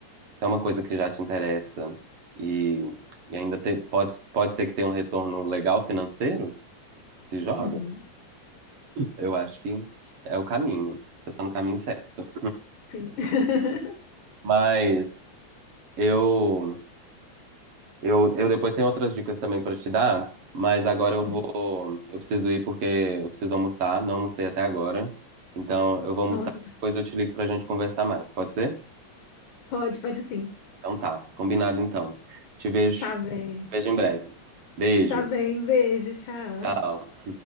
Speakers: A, on the right (about 55°); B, on the left (about 80°).
A: é uma coisa que já te interessa e, e ainda te- pode, pode ser que tenha um retorno legal financeiro, se joga.
B: uhum,
A: Eu acho que é o caminho. Você está no caminho certo.
B: sim. <laughs>
A: <clears throat> Mas Eu, eu, eu depois tenho outras dicas também pra te dar, mas agora eu
B: Uhum.
A: vou, eu preciso ir porque eu preciso almoçar, não almocei até agora. Então eu vou almoçar,
B: Nossa, tá.
A: depois eu te ligo pra gente conversar mais, pode ser?
B: Pode, pode sim.
A: Então tá, combinado então. Te vejo,
B: Tá bem.
A: vejo em breve. Beijo,
B: Tá bem, beijo, tchau.
A: tchau.